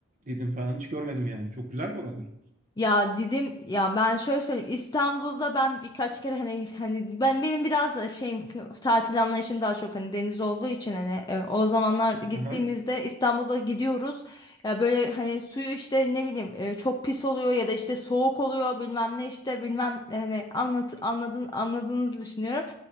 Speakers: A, on the right (about 35°); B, on the left (about 20°).
A: Dedim falan hiç görmedim yani. Çok güzel mi oralar?
B: Ya dedim ya ben şöyle söyleyeyim İstanbul'da ben birkaç kere hani hani ben benim biraz da şeyim tatil anlayışım daha çok hani deniz olduğu için hani e, o zamanlar gittiğimizde
A: Aha.
B: İstanbul'a gidiyoruz ya böyle hani suyu işte ne bileyim e, çok pis oluyor ya da işte soğuk oluyor bilmem ne işte bilmem hani anlat anladın anladığınızı düşünüyorum.